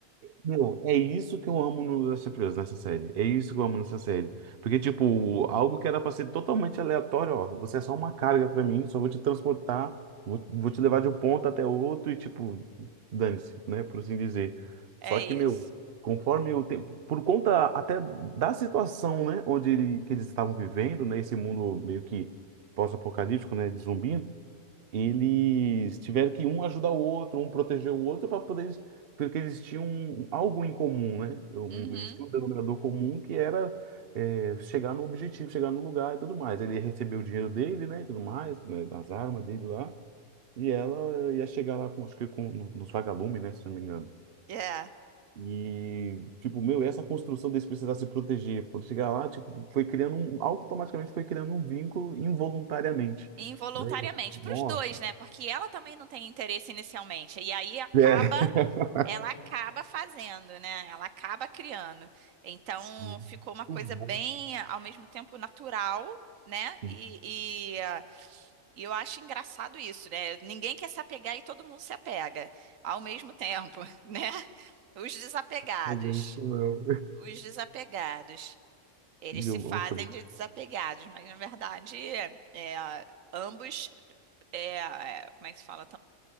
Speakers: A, on the right (about 55°); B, on the right (about 85°).
A: Meu, é isso que eu amo no Last of Us, nessa série. É isso que eu amo nessa série. Porque, tipo, algo que era pra ser totalmente aleatório, ó, você é só uma carga pra mim, só vou te transportar, vou, vou te levar de um ponto até outro e, tipo, dane-se, né? Por assim dizer.
B: É
A: Só que,
B: isso.
A: meu, conforme o tempo, por conta até da situação, né, onde ele- que eles estavam vivendo, né, esse mundo meio que pós-apocalíptico, né, de zumbi, eles tiveram que um ajudar o outro, um proteger o outro para poder, porque eles tinham um, algo em comum, né? Um-
B: Uhum.
A: Eles tinham um denominador comum que era é, chegar no objetivo, chegar no lugar e tudo mais. Ele recebeu o dinheiro dele, né? e Tudo mais, né? Das armas dele lá. E ela ia chegar lá com, acho que com, no- nos vagalumes, né? Se não me engano.
B: É.
A: E, tipo, meu, essa construção deles precisar se proteger, quando chegar lá, tipo, foi criando um, automaticamente foi criando um vínculo involuntariamente,
B: Involuntariamente,
A: né? Nossa.
B: para os dois, né? Porque ela também não tem interesse inicialmente. E aí acaba
A: É. <laughs>
B: ela acaba fazendo, né? Ela acaba criando. Então
A: Sim.
B: ficou uma coisa
A: Não bom,
B: bem, ao mesmo tempo, natural, né?
A: sim.
B: E, e, ah, e eu acho engraçado isso, né? Ninguém quer se apegar e todo mundo se apega ao mesmo tempo, <laughs> né? Os desapegados.
A: Também que não.
B: Os desapegados. Eles
A: Meu,
B: se
A: nossa,
B: fazem de desapegados, mas na verdade, é, ambos, é, como é que se fala?